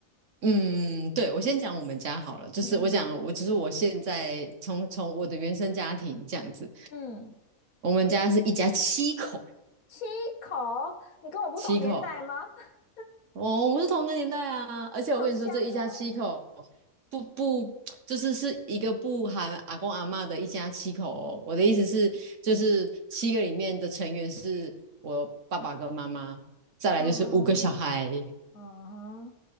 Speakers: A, on the right; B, on the left.
A: 嗯，对，我先讲我们家好了，就是我讲我，
B: 嗯
A: 就是我现在从从我的原生家庭这样子，
B: 嗯，
A: 我们家是一家七口，
B: 七口，你跟我不同年代吗？
A: 七口，
B: <laughs>
A: 哦，我们是同个年代啊，而且我跟你说，
B: 好强哦！
A: 这一家七口不不就是是一个不含阿公阿嬷的一家七口哦，我的意思是，就是七个里面的成员是我爸爸跟妈妈，再来就是五个小孩，
B: 嗯嗯